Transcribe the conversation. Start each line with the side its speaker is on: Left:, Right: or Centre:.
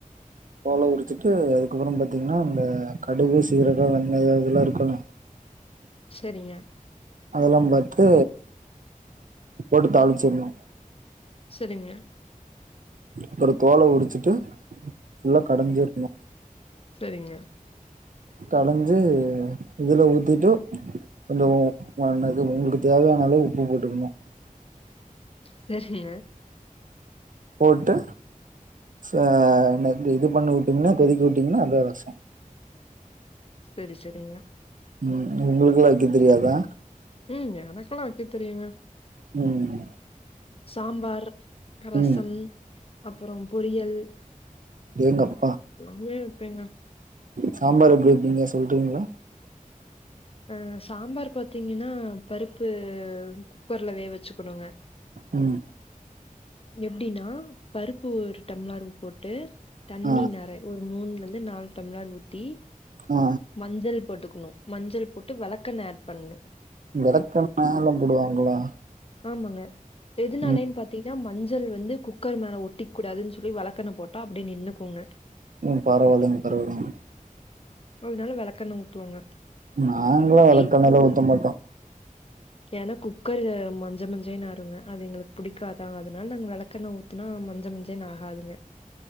Right: தோல உரிச்சிட்டு அதுக்கப்பற பாத்தீங்னா அந்த கடுகு சீரக வெந்தய இதெல்லா இருக்குல்ல
Left: செரிங்க
Right: அதெல்லா பாத்து போட்டு தாளிச்சிற்னு
Left: செரிங்க
Right: அப்பற தோல உரிச்சிட்டு ஃபுல்லா கடஞ்சிர்ணு
Left: செரிங்க
Right: கடஞ்சு இதுல ஊத்திட்டு கொஞ்ச உப்பானது உங்களுக்கு தேவையான அளவு உப்பு போட்டுக்கணு
Left: செரிங்க
Right: போட்டு ச என்னத் இந்த இது பண்ணி விட்டீங்னா கொதிக்க விட்டீங்னா அதா ரச
Left: செரி செரிங்க
Right: ம் உங்களுக்குலா வெக்க தெரியாதா
Left: ம் எனக்குலா வெக்க தெரியுங்க
Right: ம்
Left: சாம்பார் ரசம்
Right: ம்
Left: அப்பறோ பொரியல்
Right: அடேங்கப்
Left: நீங்க வெப்பீங்ளா
Right: சாம்பார் எப்டி வெப்பீங்க சொல்றீங்ளா
Left: அ சாம்பார் பாத்தீங்கனா பருப்பு குக்கர்ல வேக வெச்சுக்கணுங்க
Right: ம்
Left: எப்டினா பருப்பு ஒரு டம்ளாரு போட்டு தண்ணி
Right: ஆ
Left: நெறை ஊ மூணுலருந்து நாலு டம்ளர் ஊத்தி
Right: ஆ
Left: மஞ்சள் போட்டுக்கணு மஞ்சள் போட்டு வெலக்கெண்ணெ ஆட் பண்ணு
Right: வெலக்கெண்ணெலா போடுவாங்களா
Left: ஆமாங்க எதுனாலைன்
Right: ம்
Left: பாத் ங்னா மஞ்சள் வந்து குக்கர் மேல ஒட்டிக் கூடாதுன் சொல்லி வெலக்கெண்ணெ போட்டா அப்டியே நின்னுக்குங்க
Right: ம் பரவால்லைங் பரவால்லைங்
Left: அதுனால வெலக்கெண்ணெ ஊத்துவோங்க
Right: நாங்களா
Left: ஊத்தி
Right: வெளக்கெண்ணலா
Left: மூடி
Right: ஊத்த மாட்டோ
Left: ஏன்னா குக்கரு மஞ்ச மஞ்சேன்னு ஆயிருங்க அது எங்களுக்கு புடிக்கா அ அதுனால நாங்க விளக்கெண்ண ஊத்துனா மஞ்ச மஞ்சேன்னு ஆகாதுங்க